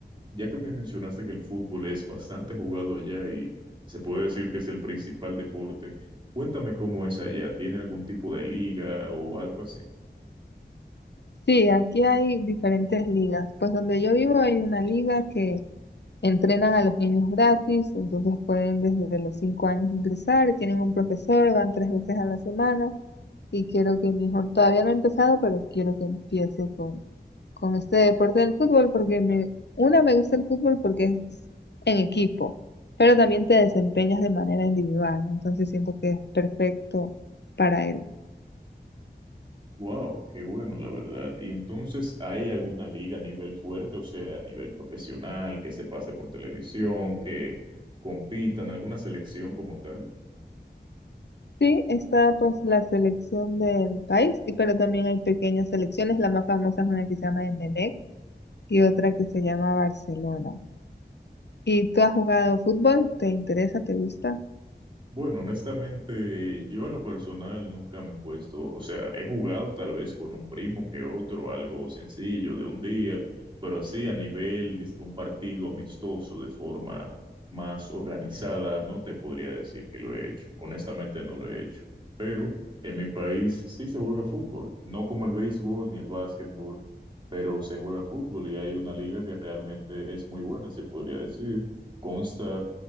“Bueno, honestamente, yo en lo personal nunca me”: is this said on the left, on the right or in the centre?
Right